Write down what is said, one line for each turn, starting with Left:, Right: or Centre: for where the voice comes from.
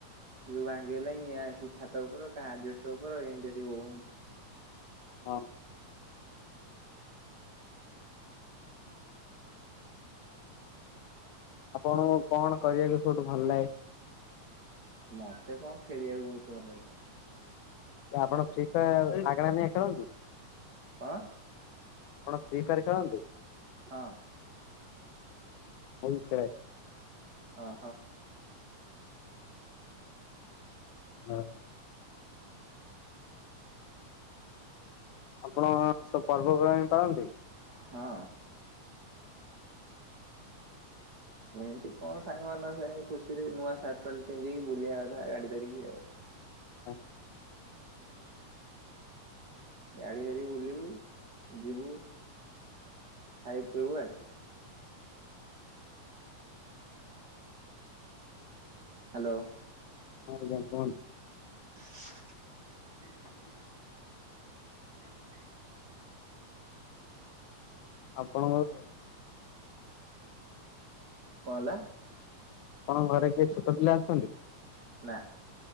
Right: ଯୋଉ ଭାଙ୍ଗିଗଲା ଇଁଏ ଆସିକି ଛାତ ଉପର କା ଆଜବେଷ୍ଟ ଉପର ଏନ୍ତୀ ଆସିକି ବୋଉହନ୍ତି।
Left: ହଁ। ଆପଣଙ୍କୁ କଣ କରିବାକୁ ସବୁଠୁ ଭଲ ଲାଗେ?
Right: ମତେ କଁ ଖେଳିବାକୁ ବହୁତ୍ ଭଲ ଲାଗେ।
Left: ଏ ଆପଣ ଫ୍ରି ଫାୟାର ମାଗେଣା ନେଇ ଖେଳନ୍ତି।
Right: କଣ
Left: ଆପଣ ଫ୍ରି ଫାୟାର ଖେଳନ୍ତି।
Right: ହଁ
Left: ହଁ ମୁଁ ଖେଳେ।
Right: ଅ ହ।
Left: ହ ଉ। ଆପଣ ସବୁ ପର୍ବପର୍ବାଣୀ ପାଳନ୍ତି।
Right: ହଁ। ଏଁତି କଁ ସାଙ୍ଗ ମାନଙ୍କ ସାଙ୍ଗରେ ଖୁସିରେ ନୂଆ ସାର୍ଟ ପ୍ୟାଣ୍ଟ ପିନ୍ଧିକି ବୁଲିବା କଥା ଗାଡି ଧରିକି ଆଉ।
Left: ହଁ।
Right: ଗାଡ଼ି ଧରିକି ବୁଲିବୁ ଯିବୁ। ଖାଇବୁ ପିବୁ ଆସିବୁ। ହ୍ୟାଲୋ
Left: ହଁ ଯାଇ ପହଞ୍ଚୁ
Right: <inaudible>
Left: ଆପଣଙ୍କର
Right: କଣ ହେଲା?
Left: ଆପଣଙ୍କ ଘରେ କିଏ ଛୋଟ ପିଲା ଅଛନ୍ତି?
Right: ନା।